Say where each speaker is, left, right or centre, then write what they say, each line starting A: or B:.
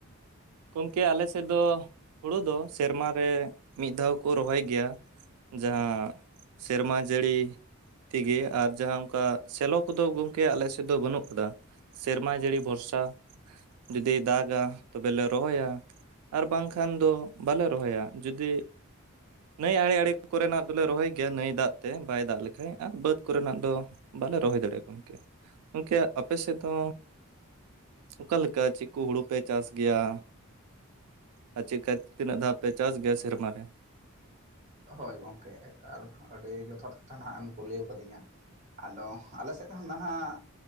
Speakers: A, on the right; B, on the right.
A: ᱜᱚᱝᱠᱮ ᱟᱞᱮ ᱥᱮᱫ ᱫᱚ ᱦᱩᱲᱩ ᱫᱚ ᱥᱮᱨᱢᱟ ᱨᱮ ᱢᱤᱫ ᱫᱷᱟᱣ ᱠᱚ ᱨᱚᱦᱚᱭ ᱜᱮᱭᱟ ᱡᱟᱦᱟᱸ ᱥᱮᱨᱢᱟ ᱡᱟᱹᱲᱤ ᱛᱮᱜᱮ ᱟᱨ ᱡᱟᱦᱟᱸ ᱚᱱᱠᱟ ᱥᱮᱞᱚ ᱠᱚᱫᱚ ᱜᱚᱢᱠᱮ ᱟᱞᱮ ᱥᱮᱫ ᱫᱚ ᱵᱟᱹᱱᱩᱜ ᱠᱟᱫᱟ ᱥᱮᱨᱢᱟ ᱡᱟᱹᱲᱤ ᱵᱷᱚᱨᱥᱟ ᱡᱩᱫᱤ ᱫᱟᱜᱟ ᱛᱚᱵᱮ ᱞᱟ. ᱨᱚᱦᱚᱭᱟ ᱟᱨ ᱵᱟᱝᱠᱷᱟᱱ ᱫᱚ ᱵᱟᱞᱮ ᱨᱚᱦᱚᱭᱟ ᱡᱩᱫᱤ ᱱᱟᱹᱭ ᱟᱲᱮ ᱟᱲᱮ ᱠᱚᱨᱮᱱᱟᱜ ᱫᱚᱞᱮ ᱨᱚᱦᱚᱭ ᱜᱮᱭᱟ ᱱᱟᱹᱭ ᱫᱟᱜ ᱛᱮ ᱵᱟᱭ ᱫᱟᱜ ᱞᱮᱠᱷᱟ ᱵᱟᱹᱫᱽ ᱠᱚᱨᱮᱱᱟᱜ ᱫᱚ ᱵᱟᱞᱮ ᱨᱚᱦᱚᱭ ᱫᱟᱲᱮᱭᱟᱜ ᱟ ᱜᱚᱢᱠᱮ ᱜᱚᱢᱠᱮ ᱟᱯᱮ ᱥᱮᱫ ᱫᱚ ᱚᱠᱟ ᱞᱮᱠᱟ ᱪᱮᱫ ᱠᱚ ᱦᱩᱲᱩ ᱯᱮ ᱪᱟᱥ ᱜᱮᱭᱟ ᱟᱨ ᱪᱮᱫᱠᱟ ᱛᱤᱱᱟᱹᱜ ᱫᱷᱟᱣ ᱯᱮ ᱪᱟᱥ ᱜᱮᱭᱟ ᱥᱮᱨᱢᱟ ᱨᱮ
B: ᱦᱳᱭ ᱜᱚᱝᱠᱮ ᱮᱠᱟᱞ ᱟᱹᱰᱤ ᱡᱚᱛᱷᱟᱛ ᱠᱟᱛᱷᱟ ᱱᱟᱦᱟᱜ ᱮᱢ ᱠᱩᱞᱤ ᱟᱠᱟᱫᱤᱧᱟ ᱟᱫᱚ ᱟᱞᱮ ᱥᱮᱫ ᱦᱚᱸ ᱱᱟᱦᱟᱜ